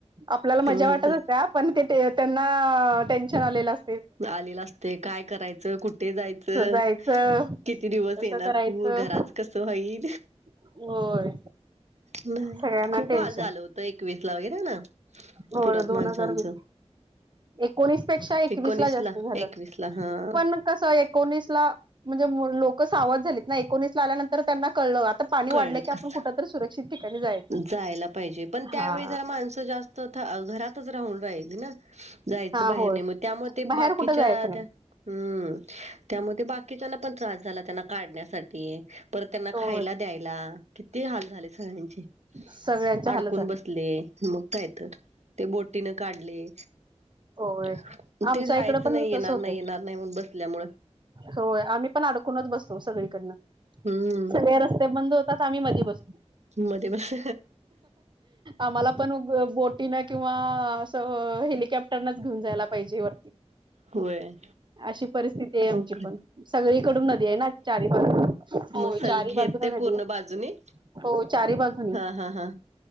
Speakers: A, on the right; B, on the right.
A: आपल्याला मजा
B: ते म्हणतात
A: वाटत असते पण ते त्यांना टेन्शन आलेलं अस
B: आलेल असते काय करायचं कुठे जायचं
A: जायचं
B: किती दिवस
A: कसं
B: येणार
A: करायचं
B: पूर घराात कस होई
A: होय
B: नाही
A: सगळ्यांना
B: खूप
A: टेन्शन
B: हाल झाल होत. एकवीस ला वगैरे ना
A: हो
B: पुरात
A: दोन
B: माणसांचं
A: हजार वीस एकोणीस पेक्षा एकवीस
B: एकोणीस
A: ला जास्त झालं
B: एकवीस ला हा
A: पण कस एकोणीस ला म्हणजे लोक सावध झालीत ना एकोणीस ला आल्यानंतर त्यांना कळलं. पाणी
B: कळलं
A: वाढलं की
B: कसं
A: आपण कुठ तररी सुरक्षित ठिकाणी जायचं.
B: जायला पाहिजे पण त्यावेळी
A: हा.
B: जरा माणसं जास्त घरातच राहून राहिल ना. जायचं
A: हा
B: बाहेर
A: होय
B: नाही मग त्यामुळे ते
A: बाहेर
B: बाकीच्या
A: कुठे जायचं नाही
B: त्या हम्म त्यामध्ये बाकीच्याना पण त्रास झाला त्यांना काढण्यासाठी. परत त्यांना
A: होय
B: खायला द्यायला किती हाल झाले सगळ्यांचे
A: सगळ्यांची
B: अडकून
A: हालत झाली
B: बसले मग. येत, ते बोटीन काढले.
A: होय.
B: ते
A: आमच्या
B: जायचं
A: इकडं पण
B: नई, येणार
A: तसं होतंय
B: नई येणार नई म्हण बसल्यामूळ.
A: होय आम्ही पण अडकूनच बसतो सगळीकडन.
B: हम्म
A: सगळे रस्ते बंद होत तात आम्ही मध्ये बसतो.
B: मध्ये बस
A: आम्हाला पण बोटीनं किंवा असं हेलिकॉप्टर त्यांनाच घेऊन जायला पाहिजे वरती
B: होय
A: अशी परिस्थिती आहे आमची
B: अवघड
A: पण सगळीकडून नदी आहे ना चारी बाजून होय
B: मग सग
A: चारी
B: घेरते
A: बाजून नदी
B: पूर्ण
A: आहे
B: बाजूने
A: हो चारी बाजू
B: हा हा हा